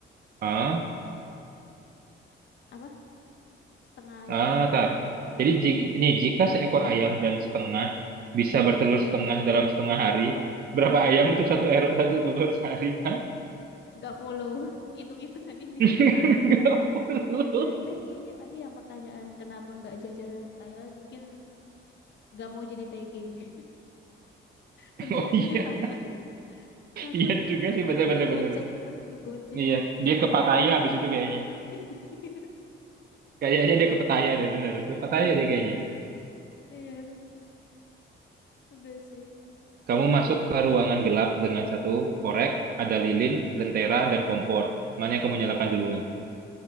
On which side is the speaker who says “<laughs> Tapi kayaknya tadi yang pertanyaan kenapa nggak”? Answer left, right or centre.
Left